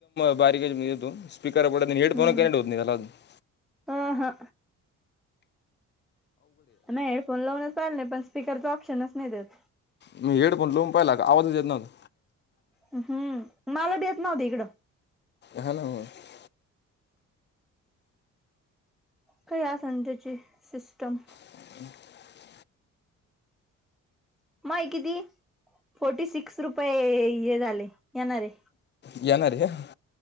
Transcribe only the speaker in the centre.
हम्म
अ ह मग हेडफोन लावूनच चाले पण स्पीकरचा ऑप्शनच नाही त्यात --
हम्म. मला येत नव्हत इकडं.
काय आसन त्याची सिस्टम?
माय किती? फोर्टी सिक्स रुपये हे झाले. येणारे